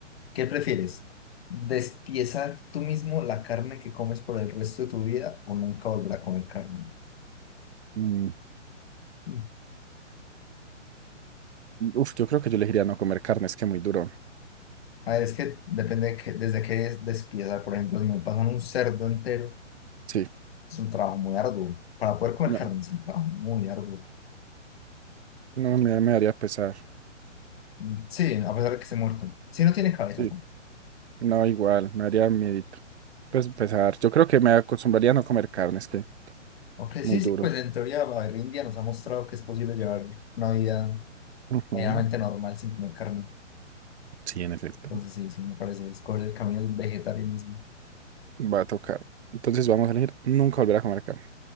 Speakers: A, on the left; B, on the right.
A: ¿qué prefieres? ¿Despiezar tú mismo la carne que comes por el resto de tu vida o nunca volver a comer carne?
B: Mm,
A: Mm.
B: Uf, yo creo que yo elegiría no comer carne, es que muy duro.
A: A ver, es que depende de que, desde qué es despiezar. Por ejemplo, si me pasan un cerdo entero,
B: Sí,
A: es un trabajo muy arduo. Para poder comer
B: no,
A: carne es un trabajo muy arduo.
B: no me, me haría pesar.
A: Mm, Sí, a pesar de que esté muerto. Si no tiene cabeza,
B: Sí, no, igual, me haría miedito. Pues pesar. Yo creo que me acostumbraría a no comer carne, es que
A: Ok,
B: muy
A: sí,
B: duro.
A: sí, pues en teoría la India nos ha mostrado que es posible llevar una vida
B: Ujú.
A: medianamente normal sin comer carne.
B: Sí, en efecto.
A: Entonces sí, sí, me parece, escoger el camino del vegetarianismo.
B: Va a tocar. Entonces vamos a elegir nunca volver a comer carne.